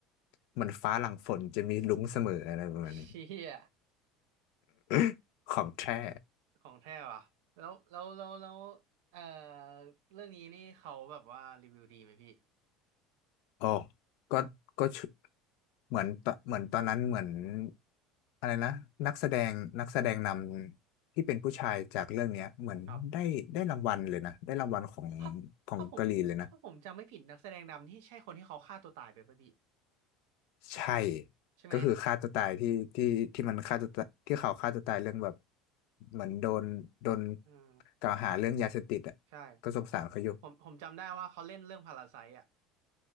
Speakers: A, on the left; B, on the right.
A: เหมือนฟ้าหลังฝนจะมีรุ้งเสมออะไรประมาณนี้
B: เชี่ย
A: <laughs> ของแท้
B: ของแท้ว่ะแล้วแล้วแล้วแล้วเอ่อเรื่องนี้นี่เขาแบบว่ารีวิวดีไหมพี่
A: โอ้ก็ก็ชุเหมือนตเหมือนตอนนั้นเหมือนอะไรนะนักแสดงนักแสดงนำที่เป็นผู้ชายจากเรื่องเนี้ยเหมือนได้ได้รางวัลเลยนะได้รางวัลของ
B: ครับถ้าถ้าผมถ้าผมจำไม่ผิดนักแสดงนำที่ใช่คนที่เขาฆ่าตัวตายไปป่ะพี่
A: ของเกาหลีเลยนะใช่
B: ใช่ไหม
A: ก็คือฆ่าตัวตายที่ที่ที่มันฆ่าตัวตายที่เขาฆ่าตัวตายเรื่องแบบเหมือนโดนโดน
B: อืม
A: กล่าวหาเรื่องยาเสพติดอ่ะก็สงสารเขาอยู่
B: ใช่ผมผมจำได้ว่าเขาเล่นเรื่องพาราไซต์อ่ะ